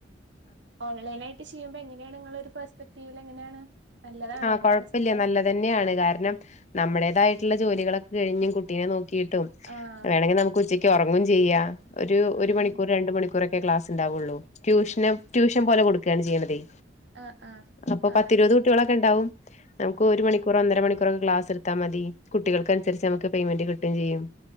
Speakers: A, on the right (about 75°); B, on the left (about 40°).
A: ഓൺലൈൻ ആയിട്ട് ചെയ്യുമ്പോ എങ്ങനെയാണ് നിങ്ങള ഒരു പെർസ്പെക്ടീവില് എങ്ങനെയാണ് നല്ലതാണോ
B: ആ
A: എന്താണ്
B: കൊഴപ്പില്ല
A: സംഭവം
B: നല്ലതന്നെയാണ് കാരണം നമ്മുടേതായി ജോലികളൊക്കെ കഴിഞ്ഞു കുട്ടീനെ നോക്കിയിട്ടും
A: ആഹ്
B: വേണമെങ്കിൽ നമുക്ക് ഉച്ചയ്ക്ക് ഉറങ്ങും ചെയ്യാം ഒരു
A: ആഹ്
B: ഒരു മണിക്കൂർ രണ്ട് മണിക്കൂറോക്കെ ക്ലാസ് ഉണ്ടാവുള്ളൂ ട്യൂഷന് ട്യൂഷൻ പോലെ കൊടുക്കുകയാണ് ചെയ്യണതേ
A: ആ ആഹ്
B: അപ്പൊ
A: ആ
B: പത്തിരുപത് കുട്ടികളൊക്കെ ഉണ്ടാവും നമുക്ക് ഒരു മണിക്കൂർ ഒന്നര മണിക്കൂ കൂറും ക്ലാസ് എടുത്താ മതി കുട്ടികൾക്ക് അനുസരിച്ച് നമുക്ക് പെയ്മെന്റ് കിട്ടും ചെയ്യും